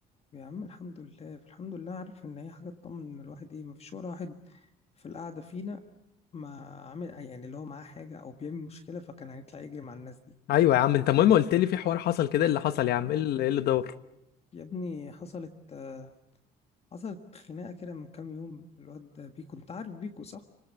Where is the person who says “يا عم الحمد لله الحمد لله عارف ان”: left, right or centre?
Left